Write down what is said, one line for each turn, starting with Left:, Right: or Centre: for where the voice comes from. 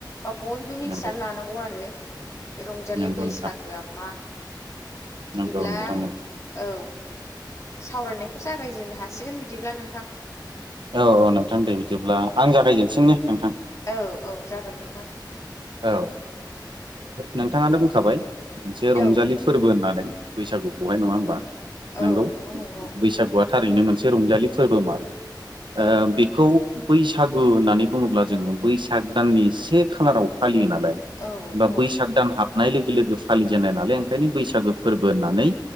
Left: बा बयबो मिथिनानै
Right: नंगौ
Left: लानांगौ आरो बे रंजालि
Right: नंगौ
Left: बैसागोआ
Right: नोंथां
Left: मा।
Right: नंगौ
Left: बिदिब्ला
Right: नोंथां नंगौ
Left: औ सावरायनायखौ जागायजेनो हासिगोन बिदिब्ला नोंथां।
Right: औ औ नोंथां दे बिदिब्ला आं जागायजेनसै ने नोंथां?
Left: औ औ जागोन नोंथां।
Right: औ ओ नोंथाङानो बुंखाबाय मोनसे रंजालि
Left: औ
Right: फोरबो होननानै बैसागुखौहाय नङा होमबा
Left: औ
Right: नोंगौ
Left: नोंथां नंगौ
Right: बैसागुआ थारैनो मोनसे रंजालि फोरबोमार ओ
Left: औ
Right: बि खौ बैसागु होननानै बुङोब्ला जोङो बैसाग दाननि से खालाराव फालियो नालाय
Left: औ
Right: बा
Left: औ
Right: बैसाग दान हाबनाय लोगो लोगो फालिजेनो नालाय ओंखायनो बैसागो फोरबो होननानै